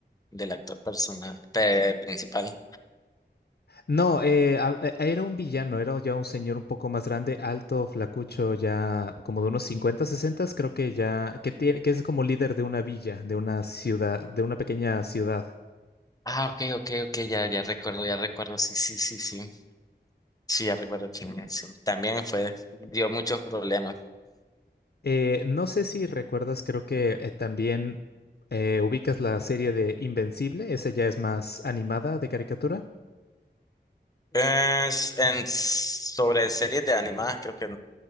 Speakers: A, on the left; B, on the left.
A: del actor personal, pe- principal.
B: No, eh, a- e- era un villano, era ya un señor un poco más grande, alto, flacucho, ya como de unos 50 60, creo que ya, que tiene, que es como líder de una villa, de una ciudad, de una pequeña ciudad.
A: Ah, ok, ok, ok, ya, ya recuerdo, ya recuerdo, sí, sí, sí, sí. Sí, ya recuerdo quién es. También fue, dio muchos problemas.
B: Eh, no sé si recuerdas, creo que eh, también eh, ubicas la serie de Invencible, esa ya es más animada de caricatura.
A: Es en, sobre series de animadas, creo que